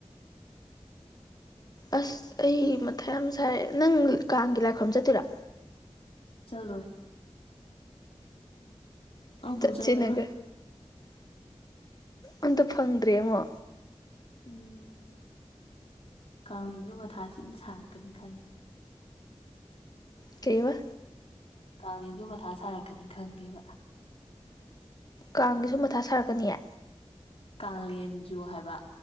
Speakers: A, on the left; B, on the left.
A: ꯑꯁ ꯑꯩ ꯃꯊ ꯌꯥꯝ ꯁꯥꯔꯛꯑꯦ ꯅꯪ ꯀꯥꯡꯒꯤ ꯂꯥꯏꯐꯝ ꯆꯠꯇꯣꯏꯔꯥ
B: ꯆꯠꯂꯣꯏ ꯑꯃꯨꯛꯐꯥꯎ
A: ꯆꯆ
B: ꯆꯠꯂꯔꯣꯏ
A: ꯅꯒꯔ ꯑꯝꯇ ꯐꯪꯗ꯭ꯔꯦ ꯌꯦꯉꯣ
B: ꯎꯝ ꯀꯦꯟꯁꯨ ꯃꯊꯥ ꯁꯤꯅ ꯁꯥꯔꯛꯀꯅꯤ ꯈꯪꯉꯦ
A: ꯀꯩꯕ
B: ꯀꯦꯟꯁꯨ ꯃꯊꯥ ꯁꯥꯔꯛꯀꯅꯤ ꯈꯪꯉꯦꯕ
A: ꯀꯥꯡꯒꯤꯁꯨ ꯃꯊꯥ ꯁꯥꯔꯛꯀꯅꯤꯌꯦ
B: ꯀꯂꯦꯟ ꯖꯨ ꯍꯥꯏꯕ